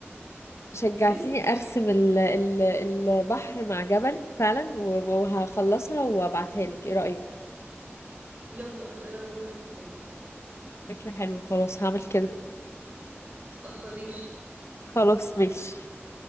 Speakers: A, on the left; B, on the right.
A: شجعتيني
B: بجد <laughs>
A: ارسم ال- ال- البحر مع جبل فعلا و- وهخلصها وابعتها لك ايه رأيك
B: يلا يلا انا موافقه جدا
A: فكرة حلوة خلاص هعمل كده
B: متتاخريش
A: خلاص ماشي